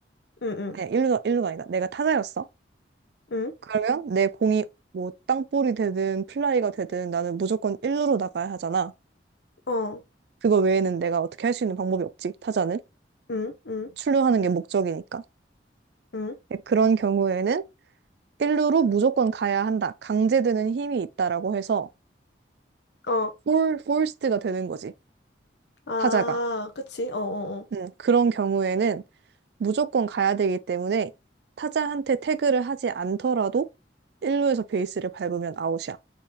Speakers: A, on the left; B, on the right.
A: 응, 응,
B: 아니, 일루가 일루가 아니다. 내가 타자였어.
A: 응,
B: 그러면 내 공이 뭐 땅볼이 되든 플라이가 되든 나는 무조건 일루로 나가야 하잖아.
A: 어,
B: 그거 외에는 내가 어떻게 할 수 있는 방법이 없지. 타자는
A: 응, 응,
B: 출루하는 게 목적이니까.
A: 응,
B: 네, 그런 경우에는 일루로 무조건 가야 한다. 강제되는 힘이 있다라고 해서
A: 어.
B: 폴 포스트가 되는 거지.
A: 아,
B: 타자가.
A: 그치? 어, 어, 어.
B: 음, 그런 경우에는 무조건 가야 되기 때문에 타자한테 태그를 하지 않더라도 1루에서 베이스를 밟으면 아웃이야.